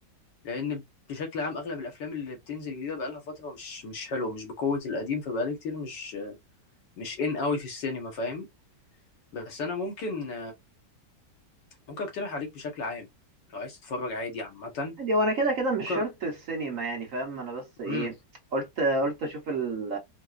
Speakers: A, on the left; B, on the right.
A: لان بشكل عام اغلب الافلام اللي بتنزل جديده بقالها فتره مش مش حلوه مش بقوه القديم فبقالي كتير مش مش ان قوي في السينما فاهم بس انا ممكن ممكن اقترح عليك بشكل عام لو عايز تتفرج عادي عامه
B: عادي هو انا كده كده مش
A: ممكن
B: شرط السينما يعني فاهم انا بس ايه
A: امم
B: قلت قلت اشوف ال